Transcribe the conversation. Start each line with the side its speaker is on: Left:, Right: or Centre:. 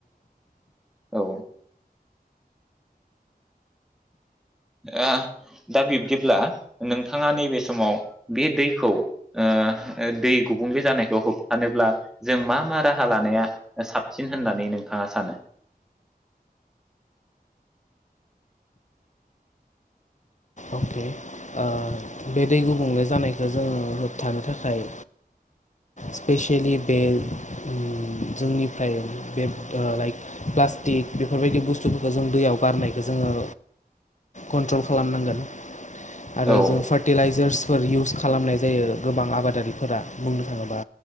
Centre: औ ओ दा बिब्दिब्ला नोंथाङा नैबे समाव बे दैखौ ओ दै गुबुंले जानायखौ होबथानोब्ला जों मा मा राहा लानाया साबसिन होननानै नोंथाङा सानो?
Left: अके ओ बे दै गुबुंले जानायखौ जोंङो होबथानो थाखाय स्पेसियेलि बे ओम जोंनिफ्राय बे लाइक प्लास्टिक बेफोरबायदि बुस्थुफोरखौ जों दैयाव गारनायखौ जोंङो कन्ट्रल खालामनांगोन आरो
Centre: औ
Left: जों फार्टिलाइजार्स फोर इउस खालामनाय जायो गोबां आबादारिफोरा बुंनो थाङोबा